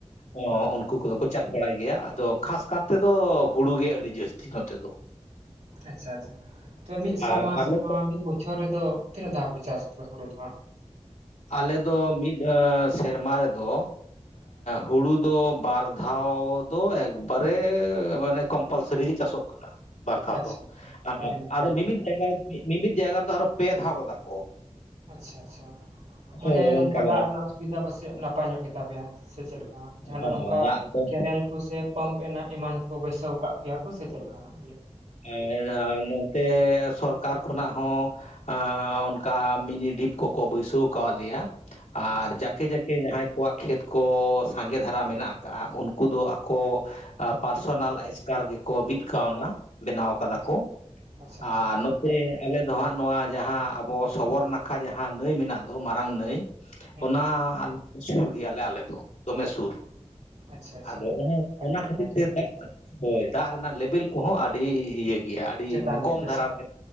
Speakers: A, on the left; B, on the right.
A: ᱚ
B: ᱦᱮᱸ
A: ᱩᱱᱠᱩ ᱠᱚᱫᱚ ᱠᱚ ᱪᱟᱥ ᱵᱟᱲᱟᱭ ᱜᱮᱭᱟ ᱟᱫᱚ ᱠᱷᱟᱥ ᱠᱟᱨ ᱛᱮᱫᱚ ᱦᱩᱲᱩ ᱜᱮ ᱟᱹᱰᱤ ᱡᱟᱹᱥᱛᱤ ᱱᱚᱛᱮ ᱫᱚ᱾
B: ᱟᱪᱪᱷᱟ ᱟᱪᱪᱷᱟ ᱛᱚᱵ ᱢᱤᱫ
A: ᱟᱨ
B: ᱥᱮᱨᱢᱟ
A: ᱟᱞᱮ
B: ᱥᱮᱢᱟ ᱢᱤᱫ ᱵᱚᱪᱷᱚᱨ ᱪᱷᱚᱨ ᱨᱮ ᱫᱚ ᱛᱤᱱᱟᱹᱜ? ᱫᱷᱟᱣ ᱯᱮ ᱪᱟᱥ ᱟᱯᱮ ᱦᱩᱲᱩ ᱫᱚ ᱦᱟᱸᱜ᱾
A: ᱟᱞᱮᱫᱚ ᱢᱤᱫ ᱥᱮᱨᱢᱟ ᱨᱮᱫᱚ᱾ ᱦᱩᱲᱩ ᱫᱚ ᱵᱟᱨ ᱫᱷᱟᱣ ᱫᱚ ᱮᱠᱵᱟᱨᱮ ᱢᱟᱱᱮ ᱠᱚᱢᱯᱟᱞᱥᱟᱨᱤ ᱜᱮ ᱪᱟᱥᱚᱜ ᱵᱟᱨ ᱫᱷᱟᱣ
B: ᱟᱪᱪᱷᱟ
A: ᱫᱚ
B: ᱟᱪᱪᱷᱟ ᱟᱹᱰᱤ ᱱᱟᱯᱟᱭ
A: ᱟᱫᱚ
B: ᱛᱚᱵᱮ᱾
A: ᱢᱤᱢᱤᱫ ᱡᱟᱭᱜᱟ ᱨᱮ ᱢᱤᱢᱤᱫ ᱡᱟᱭᱜᱟ ᱫᱚ ᱟᱨᱚ ᱯᱮ ᱫᱷᱟᱣ ᱜᱚᱫᱟ ᱠᱚ᱾
B: ᱟᱪᱪᱷᱟ ᱟᱪᱪᱷᱟ ᱢᱟᱱᱮ
A: ᱦᱳᱭ
B: ᱱᱚᱝᱠᱟ
A: ᱚᱱᱠᱟ ᱜᱚᱫᱟ
B: ᱫᱟᱜ ᱨᱮᱱᱟᱜ
A: ᱠᱚ
B: ᱥᱩᱵᱤᱫᱟ ᱯᱟᱥᱮᱡ ᱱᱟᱯᱟᱭ ᱧᱚᱜ ᱜᱮᱛᱟ ᱯᱮᱭᱟ, ᱥᱮ ᱪᱮᱫ ᱞᱮᱠᱟ ᱡᱟᱦᱟᱱᱟᱜ
A: ᱦᱚᱸ
B: ᱱᱚᱝᱠᱟ
A: ᱫᱟᱜ ᱫᱚ
B: ᱠᱮᱱᱮᱞ ᱠᱩ ᱥᱮ ᱯᱟᱢ ᱮᱱᱟ ᱮᱢᱟᱱ ᱠᱚ ᱵᱟᱹᱭᱥᱟᱹᱣ ᱠᱟᱫ ᱯᱮᱭᱟ ᱠᱚ ᱥᱮ ᱪᱮᱫ ᱞᱮᱠᱟ ᱦᱟᱜ
A: <unintelligible> ᱤᱱᱟᱛᱮ ᱥᱚᱨᱠᱟᱨ ᱠᱷᱚᱱᱟᱜ ᱦᱚᱸ ᱟᱻ ᱚᱱᱠᱟ ᱢᱤᱱᱤ ᱰᱤᱯ ᱠᱚᱠᱚ ᱵᱟᱹᱭᱥᱟᱹᱣ ᱠᱟᱫ ᱞᱮᱭᱟ᱾ ᱟᱨ
B: ᱟᱪᱪᱷᱟ ᱦᱮᱸ
A: ᱡᱟᱠᱮ ᱡᱟᱠᱮ ᱡᱟᱦᱟᱸᱭ ᱠᱚᱣᱟᱜ ᱠᱷᱮᱛ ᱠᱚ, ᱥᱟᱸᱜᱮ ᱫᱷᱟᱨᱟ ᱢᱮᱱᱟᱜ ᱟᱠᱟᱫᱼᱟ ᱩᱱᱠᱩ ᱫᱚ ᱠᱚ ᱯᱟᱨᱥᱚᱱᱟᱞ ᱮᱥᱠᱟᱨ ᱜᱮᱠᱚ ᱵᱤᱫ ᱠᱟᱣᱱᱟ᱾ ᱵᱮᱱᱟᱣ ᱟᱠᱟᱫᱟ
B: ᱟᱪᱪᱷᱟ
A: ᱠᱚ <inaudible>
B: ᱟᱪᱪᱷᱟ
A: ᱟᱨ
B: ᱟᱪᱪᱷᱟ
A: ᱟᱞᱮᱚ ᱦᱟᱸᱜ ᱱᱚᱣᱟ ᱡᱟᱦᱟᱸ ᱟᱵᱚ ᱥᱚᱵᱚᱨ ᱱᱟᱠᱷᱟ ᱡᱟᱦᱟᱸ ᱱᱟᱹᱭ ᱢᱮᱱᱟᱜ ᱫᱚ᱾ ᱢᱟᱨᱟᱝ ᱱᱟᱹᱭ᱾
B: ᱦᱮᱸ
A: ᱚᱱᱟᱮ
B: ᱦᱮᱸ
A: ᱥᱩᱨ ᱜᱮᱭᱟᱞᱮ ᱟᱞᱮ ᱫᱚ ᱫᱚᱢᱮ ᱥᱩᱨ᱾
B: ᱟᱪᱪᱷᱟ ᱟᱪᱪᱷᱟ
A: ᱟᱫᱚ ᱚᱱᱟ
B: ᱟᱹᱰᱤ
A: ᱚᱱᱟ
B: ᱱᱟᱯᱟᱭ
A: ᱠᱷᱟᱹᱛᱤᱨ
B: ᱛᱚᱵᱮ
A: ᱛᱮ
B: ᱱᱚᱣᱟ
A: ᱫᱟᱜ ᱦᱳᱭ ᱫᱟᱜ ᱨᱮᱱᱟᱜ ᱞᱮᱵᱮᱞ ᱠᱚᱦᱚᱸ ᱟᱹᱰᱤ ᱤᱭᱟᱹ ᱜᱮ ᱜᱮᱭᱟ ᱟᱹᱰᱤ
B: ᱪᱮᱛᱟᱱ ᱧᱚᱜ
A: ᱠᱚᱢ
B: ᱜᱮᱭᱟ
A: ᱫᱷᱟᱨᱟ
B: ᱥᱮ ᱵᱟᱝ
A: ᱨᱮ